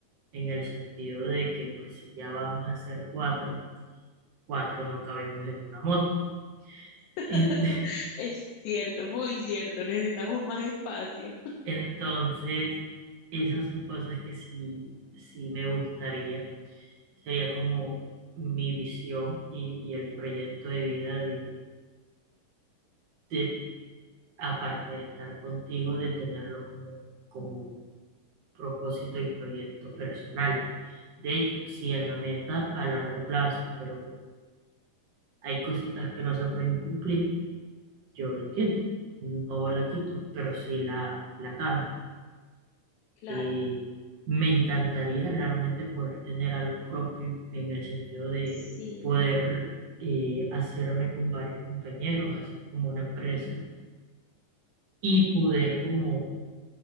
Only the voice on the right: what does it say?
en el sentido de que pues si ya vamos a ser cuatro, cuatro no cabemos en una moto. <laughs>
Ent-
Entonces, esas son cosas que sí, sí me gustaría, sería como mi visión y, y el proyecto de vida de, de, aparte de estar contigo, de tenerlo como, como propósito y proyecto personal. De hecho, sí en la meta a largo plazo, pero hay cositas que no se pueden cumplir, yo lo entiendo, no la quito, pero sí la, la cambio.
Y me encantaría realmente poder tener algo propio en el sentido de
poder eh, hacerme con varios compañeros, hacer como una empresa y poder como